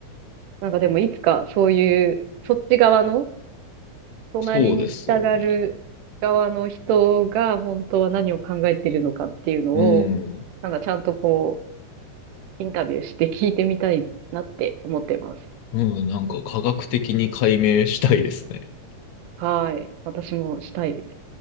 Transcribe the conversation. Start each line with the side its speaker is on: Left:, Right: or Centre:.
Right: なんかでもいつかそういう、そっち側の、隣に来たがる側の人が本当は何を考えてるのかっていうのを、
Left: そうですよね。うん。
Right: なんかちゃんとこう、インタビューして聞いてみたいなって思ってます。
Left: うん、なんか科学的に解明したいですね。
Right: はい。私もしたいです。